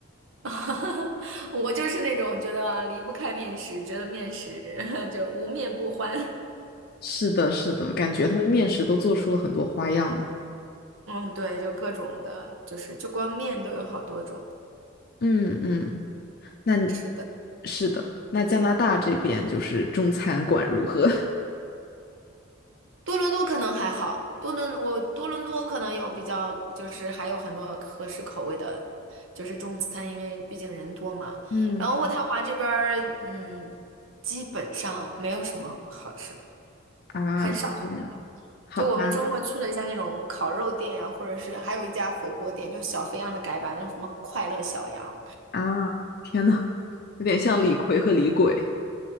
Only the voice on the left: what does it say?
是的，是的，感觉他们面食都做出了很多花样呢。
嗯嗯，那你
是的，那加拿大这边就是中餐馆如何？<laughs>
嗯，
啊，
是这样，好吧。
啊，天呐，有点像李逵和李鬼。